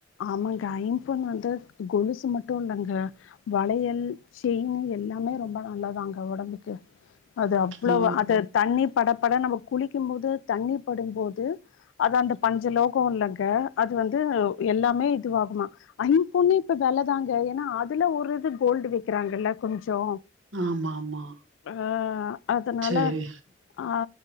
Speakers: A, on the left; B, on the right.
A: ஆமாங்க ஐம்பொன் வந்து கொலுசு மட்டு இல்லங்க வளையல் செயின் எல்லாமே ரொம்ப நல்லதாங்க உடம்புக்கு அது அவ்ளோவ
B: ஓ
A: அது தண்ணி பட பட நம்ம குளிக்கும் போது தண்ணி படும்போது அது அந்த பஞ்ச லோகம் இல்லங்க அது வந்து எல்லாமே இதுவாகுமா ஐம் பொண்ணே இப்ப இப்ப வெலதாங்க ஏன்னா அதுல ஒரு இது கோல்டு வெக்கிறாங்கல்ல கொஞ்சோ
B: ஆமா ஆமா
A: ஆ அதனால
B: சரி
A: ஆ